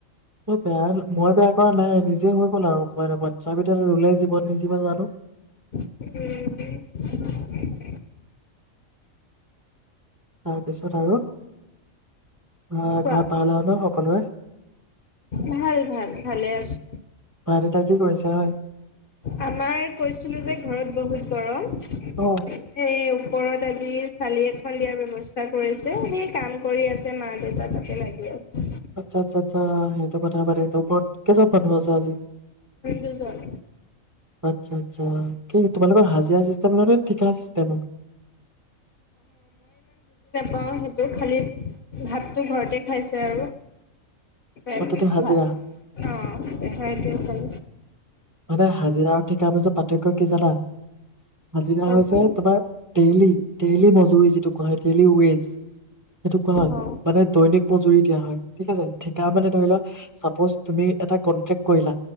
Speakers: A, on the right (about 20°); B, on the left (about 55°).
A: মই বেয়া, মই বেয়া কৰা নাই নিজ হৈ গ'ল আৰু অকণমান, অকণমান। <unintelligible>
B: উমম।
A: তাৰপিছত আৰু? অ'
B: কোৱা
A: ঘৰত ভাল আৰু ন সকলোৰে?
B: ভাল, ভাল, ভালে আছো।
A: মা দেউতা কি কৰিছে হয়।
B: আমাৰ কৈছিলো যে ঘৰত বহুত গৰম।
A: অ
B: সেই ওপৰত আজি চালি এখন দিয়াৰ ব্যৱস্থা কৰিছে, সেই কাম কৰি আছে মা-দেউতা তাকে লাগি আছে।
A: আচ্ছা, আচ্ছা, আচ্ছা তোৰ কথা বাদ দে, তই ওপৰত কেইজন মানুহ আছে আজি?
B: দুজন
A: আচ্ছা আ কি তোমালোকৰ হাজিৰা চিষ্টেম নে ঠিকা চিষ্টেম
B: পাওঁ সেইটো খালী ভাতটো ঘৰতে খাইছে আৰু অ
A: অ তাতে হাজিৰা।
B: হয় চল <unintelligible>
A: মানে হাজিৰা ঠিকা পিছত তকয় কি জানা হাজিৰা
B: কোৱাচোন
A: হৈছে তোমাৰ ডেইলি ডেইলি মজুৰি যিটো কোৱা হয় ডেইলি ৱেজ সেইটো কোৱা হয়
B: অ
A: মানে দৈনিক মজুৰি দিয়া হয় ঠিক আছে ঠিকা মানে ধৰি লও চাপজ তুমি এটা কনটেক কৰিলা